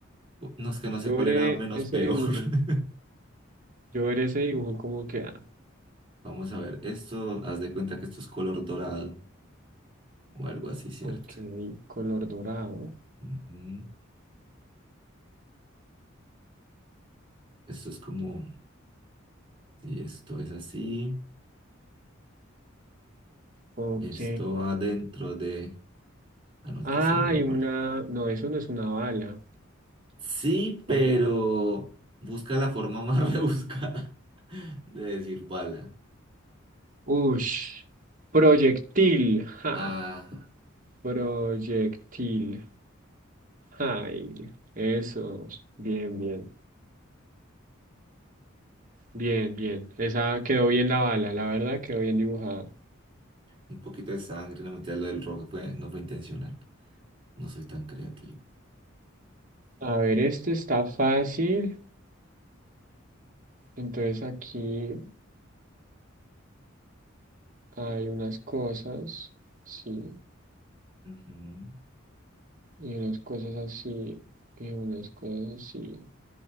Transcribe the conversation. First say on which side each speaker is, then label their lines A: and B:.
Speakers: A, on the right (about 25°); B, on the right (about 40°).
A: No es que no sé
B: Yo
A: cuál
B: veré
A: era menos
B: ese
A: peor.
B: dibujo.
A: <laughs>
B: Yo veré ese dibujo cómo queda.
A: Vamos a ver, esto, haz de cuenta que esto es color dorado o algo así, ¿cierto?
B: Ok. Color dorado.
A: Ujú. Esto es como Si esto es así,
B: Ok.
A: esto va dentro de... Ah, no, es
B: Ah,
A: de este mismo
B: y una.
A: color.
B: No, eso no es una bala.
A: Sí, pero
B: Ah.
A: busca la forma más <laughs> rebuscada de decir bala.
B: Ush. Proyectil. Ja.
A: Ah,
B: Proyectil. Ay. Eso. Bien, bien. Bien, bien. Esa quedó bien la bala, la verdad, quedó bien dibujada.
A: un poquito de sangre, no mentira, lo del rojo fue, no fue intencional. No soy tan creativo.
B: A ver, esto está fácil. Entonces aquí hay unas cosas, sí,
A: Ujú,
B: y unas cosas así, y unas cosas así.